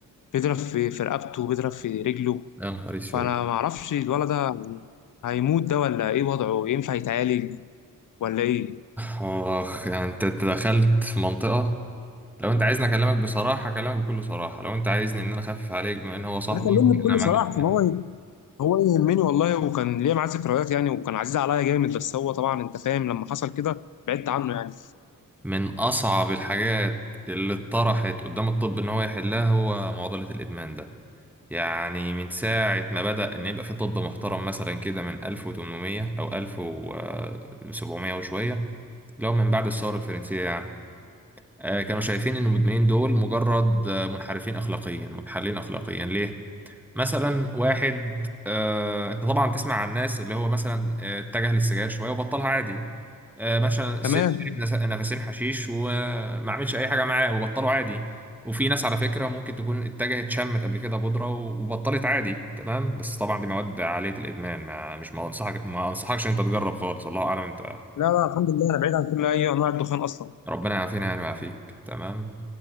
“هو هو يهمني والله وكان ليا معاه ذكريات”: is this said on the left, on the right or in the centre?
Left